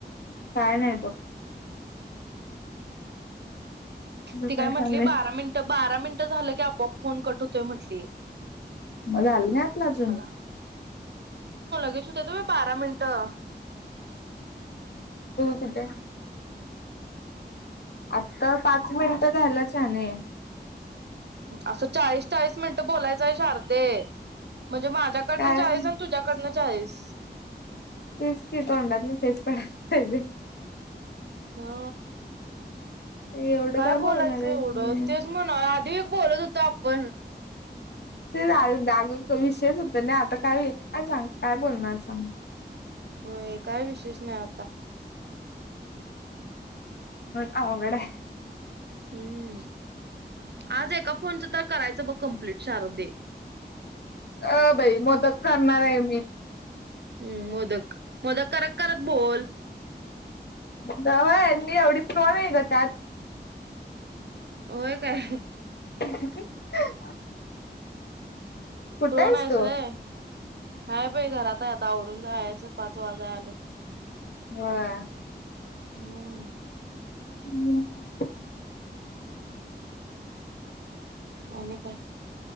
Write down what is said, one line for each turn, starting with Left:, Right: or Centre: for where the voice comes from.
Left: काय नाही बघं. तुझं
Right: ती काय म्हटली
Left: चाललंय
Right: बारा मिनिटं, बारा मिनटं झालं की आपोआप फोन कट होतोय म्हटली
Left: मला आलं ना आपला अजून.
Right: मला <unintelligible> बारा मिनिटं.
Left: कथ <unintelligible> आत्ता पाच मिनिटं झालाच शाने.
Right: असं चाळीस, चाळीस मिनिटं बोलायचं आहे शारदे. म्हणजे माझ्याकडनं
Left: काय
Right: चाळीय आणि तुझ्याकडं चाळीस! चाळीस.
Left: तेच क तोंडात नाही तेच पड्या लय.
Right: हा
Left: एवढं
Right: काय
Left: बोलणार
Right: बोलायचं एवढं
Left: आहे
Right: तेच म्हणा आधी एक बोलत होतो आपण
Left: ते जा जाग विषयच होत नाही आता काय का सांग काय बोलणार सांग?
Right: होय काय विशेष नाही आता
Left: अवघड हाय
Right: हम्म आज एका फोनचं तर करायचं बघ कमप्लीट शारद दे.
Left: अ बाई मोदक करणार आहे,
Right: हम्म मोदक मोदक करत करत बोल.
Left: जावई मी यांनी एवढं. कोण आहे गं त्यात.
Right: व्हय काय,.
Left: <unintelligible> कुठं
Right: प्रोन
Left: आहेस
Right: आहेसोय
Left: तू
Right: हाय पई हाय बाई घरात आहे‌. आता आवरून जायाच चल पाच वाजाय आलं.
Left: होय.
Right: <unintelligible>
Left: हम्म.
Right: अणि काय?